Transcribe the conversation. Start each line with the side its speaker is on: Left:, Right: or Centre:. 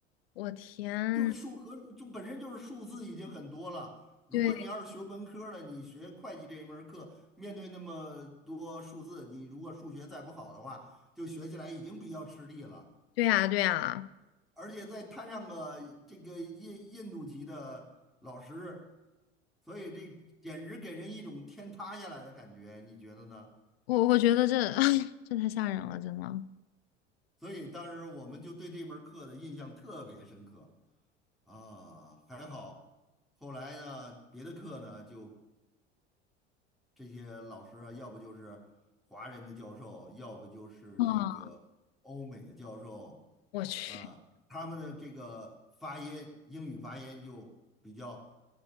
Left: 我天，
Centre: 就数和就本身就是数字已经很多了。如果你要是学文科的，
Left: 对
Centre: 你学会计这一门儿课，面对那么多数字，你如果数学再不好的话，就学起来已经比较吃力了。
Left: 对呀对呀，
Centre: 而且再摊上个这个印印度籍的老师，所以这简直给人一种天塌下来的感觉，你觉得呢？
Left: 我我觉得这 <laughs> 这太吓人了，真的。
Centre: 所以当时我们就对这门课的印象特别深刻啊，还好后来呢，别的课呢就这些老师啊，要不就是华人的教授，要不就是这个欧美的教授，
Left: 啊，我去。
Centre: 啊，他们的这个发音，英语发音就比较